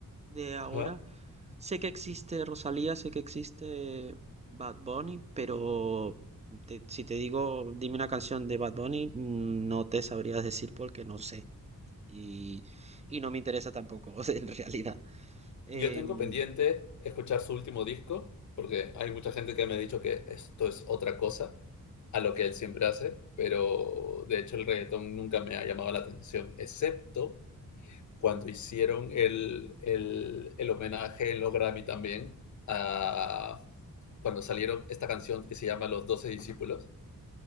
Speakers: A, on the right; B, on the left.
A: de ahora.
B: ajá.
A: Sé que existe Rosalía, sé que existe Bad Bunny, pero te- si te digo, dime una canción de Bad Bunny, mm, no te sabrías decir porque no sé. Y, y no me interesa tampoco, <laughs> en realidad. Em,
B: Yo tengo pendiente escuchar su último disco, porque hay mucha gente que me ha dicho que esto es otra cosa a lo que él siempre hace, pero de hecho el reggaetón nunca me ha llamado la atención, excepto cuando hicieron el, el, el homenaje en los Grammy también, a, cuando salieron esta canción que se llama Los Doce Discípulos,